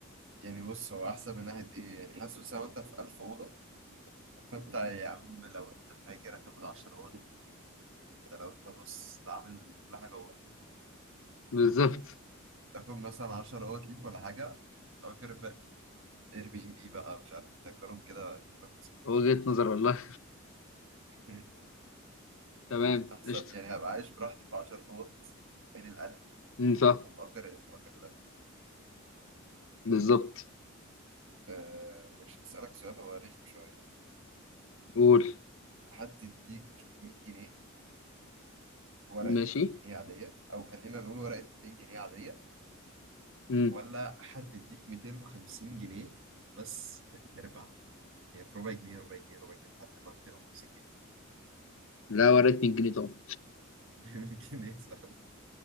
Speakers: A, on the right; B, on the left.
A: يعني بص هو احسن من ناحيه ايه يعني حاسس مثلا وانت في 1000 اوضه فانت يا عم لو انت فاكر هتاخد 10 اوض ليك. ده لو انت بص عامل كل حاجه اوضه
B: بالظبط
A: تاخد مثلا 10 اوض ليك ولا حاجه وتأجر بقى اير بي ام بي بقى مش عارف تأجرهم كده يبقى فلوس كتير
B: وجهة نظر والله
A: <laughs>
B: تمام
A: احسن
B: قشطة
A: يعني هبقى عايش براحتي في 10 اوض بين الالف
B: امم صح
A: ومأجر مؤجر الالف
B: بالظبط
A: أه مش هسألك سؤال هو رخم شويه
B: قول
A: حد يديك 100 جنيه ورقه
B: ماشي
A: 100 جنيه عاديه او خلينا نقول ورقه 200 جنيه عاديه
B: امم
A: ولا حد يديك 250 جنيه بس اربع يعني في ربع جنيه ربع جنيه ربع جنيه لحد ما 250 جنيه
B: لا وريت 100 جنيه طبعا
A: <laughs> 200 جنيه صح